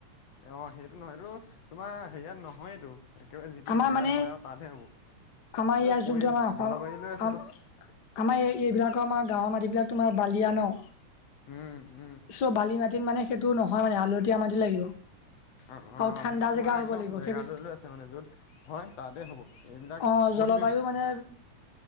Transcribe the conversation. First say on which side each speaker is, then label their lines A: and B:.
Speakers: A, on the left; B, on the left.
A: অ সেইটো নহয় এইটো তোমাৰ হেৰিয়াত নহয়তো একেবাৰে যিটো
B: আমাৰ
A: জেগাত
B: মানে
A: হয় আৰু তাতহে হ'ব
B: আমাৰ
A: এই
B: ইয়াত
A: পৰি
B: যোনটো আমাৰ অসম
A: জলবায়ু লৈ আছে
B: আমাৰ
A: ন
B: ইয়াত এইবিলাকৰ আমাৰ গাঁৱৰ মাটিবিলাক তোমাৰ বালিয়া ন
A: উম উ
B: চব বালি মাটিত মানে সেইটো নহয় মানে আলতীয়া মাটি লাগিব
A: অ অ
B: আৰু
A: অ
B: ঠাণ্ডা
A: সেইটো তোমাৰ
B: জেগা হ'ব
A: একদম
B: লাগিব
A: জেগালৈ
B: সেই
A: লৈ আছে মানে যত হয় তাতে হ'ব এইবিলাক
B: অ
A: পৰি
B: জলবায়ু মানে